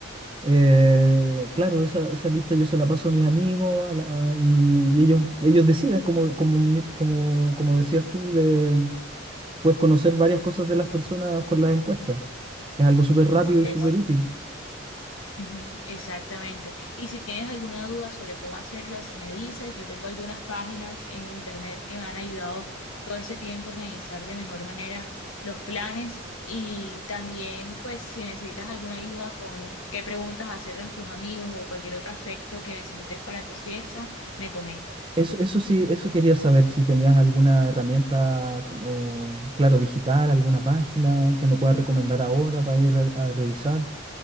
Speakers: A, on the right; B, on the left.
A: eh, claro, esa, esa lista yo se la paso a mis amigos a la- a- y, y ellos, ellos deciden, como, como, mi- como, como decías tú, de, puedes conocer varias cosas de las personas con las encuestas. Es algo súper rápido
B: Así
A: y súper
B: es.
A: útil.
B: Ujú, exactamente. Y si tienes alguna duda sobre cómo hacerlas, me dices, yo tengo algunas páginas en internet que me han ayudado todo este tiempo a organizar de mejor manera los planes. Y también, pues, si necesitas alguna ayuda con qué preguntas hacerle a tus amigos o cualquier otro aspecto que necesites para tu fiesta, me comentas.
A: Eso, eso sí, eso quería saber si tenías alguna herramienta como, claro, digital, alguna página que me puedas recomendar ahora para ir re- a revisar.